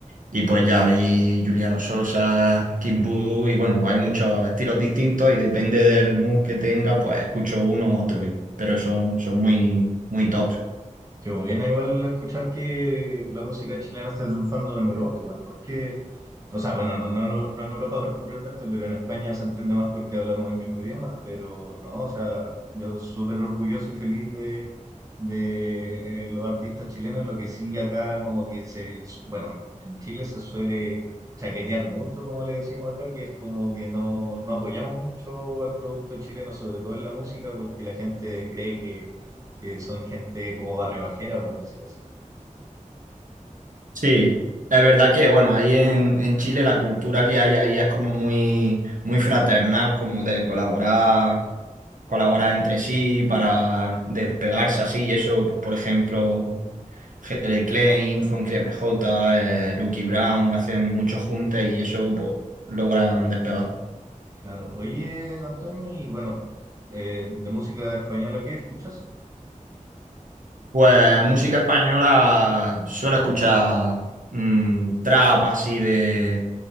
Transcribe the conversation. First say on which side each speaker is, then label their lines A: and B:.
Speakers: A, on the right (about 80°); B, on the right (about 25°).
A: y pues ya vi Juliano Sosa, Kid Voodoo y bueno, pues hay muchos estilos distintos y depende del mood que tenga, pues escucho uno u otro, y, pero son, son muy, muy top.
B: Qué buena igual escuchar que la música chilena está triunfando en Europa, igual porque, o sea, bueno, no, no, no en Europa particularmente, pero en España se entiende más porque hablamos el mismo idioma, pero no, o sea, yo soy súper orgulloso y feliz de, de eh, los artistas chilenos, lo que sí acá como que se, bueno, en en Chile se suele chaquetear mucho, como le decimos acá, que es como que no, no apoyamos mucho al producto chileno, sobre todo en la música, porque la gente cree que que son gente como barribajera, por decir así.
A: Sí, es verdad que, bueno, ahí en, en Chile la cultura que hay ahí es como muy, muy fraternal, como de colaborar, colaborar entre sí para despegarse así, y eso, pues, por ejemplo, Jere Klein con Cris J. eh, Lucky Brown hacen muchos juntes y eso, pues, logran despegar.
B: Claro. Oye, Antonio, y bueno, eh, de música española, ¿qué escuchas?
A: Pues música española suelo escuchar mm, trap así de